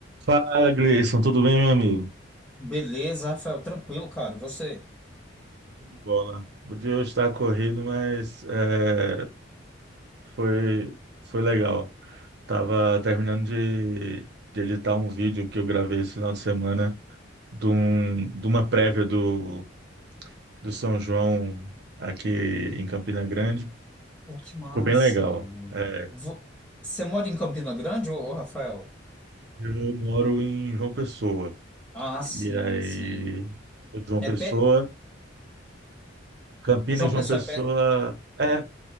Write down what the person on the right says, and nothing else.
Fala, Gleison, tudo bem, meu amigo?
Tudo de Bola. O dia hoje está corrido, mas é, foi, foi legal. Tava terminando de, de editar um vídeo que eu gravei esse final de semana de, um- de uma prévia do, do São João aqui em Campina Grande.
Ficou bem legal. É,
eu moro em João Pessoa.
E aí,
sou de João
Pessoa,
Campinas,
João
Pessoa,
é,